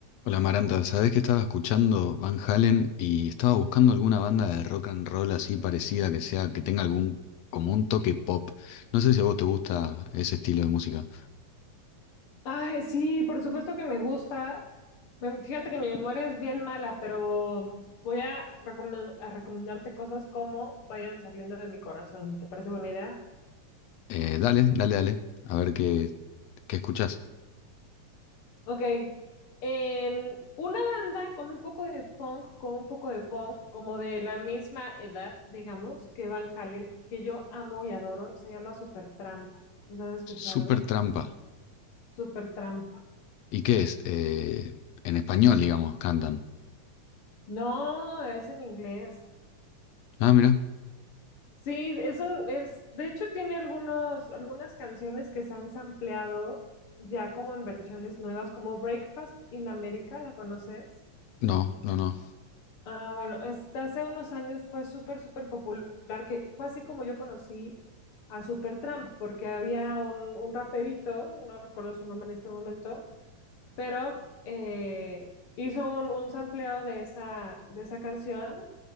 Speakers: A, on the left (about 75°); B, on the left (about 55°).
A: Hola Maranta, ¿sabés que estaba escuchando Van Halen y estaba buscando alguna banda de rock and roll así parecida que sea, que tenga algún, como un toque pop? No sé si a vos te gusta ese estilo de música.
B: Ay, sí, por supuesto que me gusta. Me- Fíjate que mi memoria es bien mala, pero voy a, recome- a recomendarte cosas como vayan saliendo de mi corazón. ¿Te parece buena idea?
A: Eh, dale, dale, dale, a ver qué, qué escuchás.
B: Ok. Em, una banda con un poco de funk, con un poco de punk, como de la misma edad, digamos, que Van Halen, que yo amo y adoro, se llama Supertramp. ¿Los has escuchado?
A: Super trampa.
B: Supertramp.
A: ¿Y qué es? Eh, en español, digamos, cantan.
B: No, es en inglés.
A: Ah, mira.
B: Sí, es un, es, de hecho tiene algunos, algunas canciones que se han sampleado ya como en versiones nuevas, como Breakfast in America, ¿la conoces?
A: No, no, no.
B: Ah, bueno, esta hace unos años fue súper, súper popular, que fue así como yo conocí a Supertramp, porque había un, un raperito, no recuerdo su nombre en este momento, pero eh, hizo un, un sampleo de esa, de esa canción,